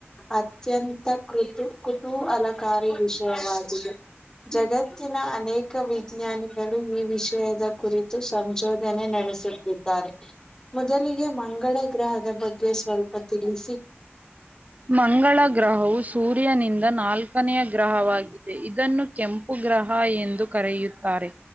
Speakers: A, on the left (about 15°); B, on the right (about 35°).
A: ಅತ್ಯಂತ ಕೃತು ಕುತೂಹಲಕಾರಿ ವಿಷಯವಾಗಿದೆ ಜಗತ್ತಿನ ಅನೇಕ ವಿಜ್ಞಾನಿಗಳು ಈ ವಿಷಯದ ಕುರಿತು ಸಂಶೋಧನೆ ನಡೆಸುತ್ತಿದ್ದಾರೆ ಮೊದಲಿಗೆ ಮಂಗಳ ಗ್ರಹದ ಬಗ್ಗೆ ಸ್ವಲ್ಪ ತಿಳಿಸಿ
B: ಮಂಗಳ ಗ್ರಹವು ಸೂರ್ಯನಿಂದ ನಾಲ್ಕನೆಯ ಗ್ರಹವಾಗಿ ಇದನ್ನು ಕೆಂಪು ಗ್ರಹ ಎಂದು ಕರೆಯುತ್ತಾರೆ